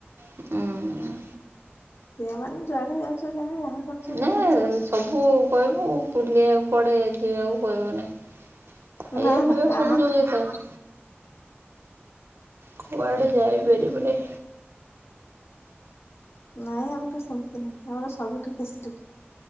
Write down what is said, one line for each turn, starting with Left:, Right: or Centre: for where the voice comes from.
Right: ହୁଁ।
Left: ଛୁଆ ମାନେ ଯୁଆଡେ ଯାଉଚ ଯାଅ ଯାହା କରୁଚ କର
Right: ନା
Left: କିଛି
Right: ସବୁ କହିବୁ ବୁଲିବାକୁ କୁଆଡ଼େ ଯିବାକୁ କହିବ ନେଇ। ଖାଇବା
Left: ନା
Right: ପିଇବା
Left: ନା ଆମର
Right: ସବୁ ଯୋଗେଇ ଥାଏ। କୁଆଡେ ଯାଇ ପାରିବୁନାଇଁ।
Left: ନାଇଁ ଆମର ସେମିତି ନାହିଁ ଆମର ସବୁଠି ଫେସିଲିଟି।